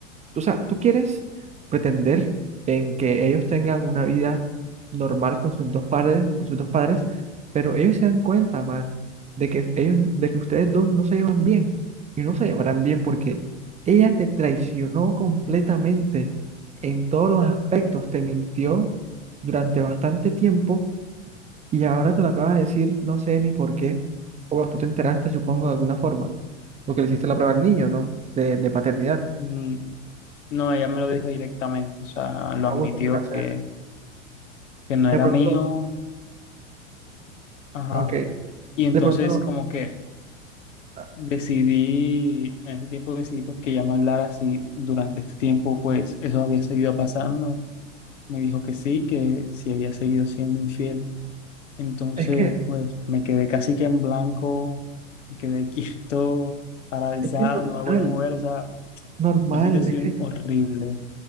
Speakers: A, on the right; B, on the left.
A: o sea, tú quieres pretender en que ellos tengan una vida normal con sus dos padres, con sus dos padres, pero ellos se dan cuenta, man, de que ellos, de que ustedes dos no se llevan bien y no se llevarán bien porque ella te traicionó completamente en todos los aspectos, te mintió durante bastante tiempo y ahora te lo acabas de decir, no sé ni por qué, o bueno, tú te enteraste, supongo, de alguna forma, porque le hiciste la prueba al niño, ¿no? De, de paternidad.
B: Mm, No, ella me lo dijo directamente, o sea, lo
A: Ah,
B: admitió
A: bueno, mira, o sea,
B: que, que no era
A: de pronto
B: mío. Ajá.
A: Ok,
B: Y entonces
A: de pronto no.
B: como que
A: ah,
B: decidí, en ese tiempo decidí pues que ya me hablara si durante este tiempo pues eso había seguido pasando. Me dijo que sí, que sí había seguido siendo infiel. Entonces
A: Es que,
B: pues me quedé casi que en blanco, me quedé <laughs> quieto, paralizado,
A: es que es normal,
B: no me voy a mover, o sea,
A: normal.
B: una situación
A: Es que,
B: horrible.